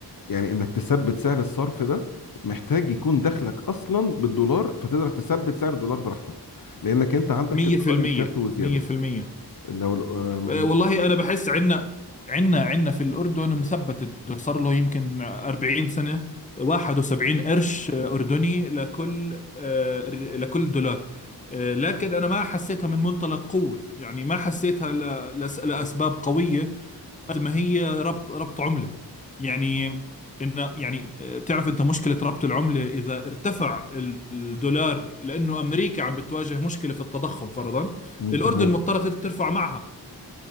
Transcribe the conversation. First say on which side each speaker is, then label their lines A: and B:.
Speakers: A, on the left (about 55°); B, on the left (about 20°).
A: يعني انك تثبت سعر الصرف ده محتاج يكون دخلك اصلا بالدولار فتقدر تثبت سعر الدولار براحتك لانك انت عندك
B: 100%
A: الدولار يكفي وزياده
B: 100%
A: لو ال- آه،
B: آه، والله انا بحس عندنا عندنا عندنا في الاردن مثبت الدولار صار له يمكن 40 سنه 71 قرش آه، اردني لكل آه، ر- لكل دولار آه، لكن انا ما حسيتها من منطلق قوه يعني ما حسيتها ل... لأس... لاسباب قويه قد ما هي ربط ربط عملة يعني إن يعني آه، بتعرف أنت مشكلة ربط العملة إذا ارتفع ال- الدولار لأنه أمريكا عم بتواجه مشكلة في التضخم فرضا
A: م-
B: الأردن
A: تمام
B: مضطرة ترفع معها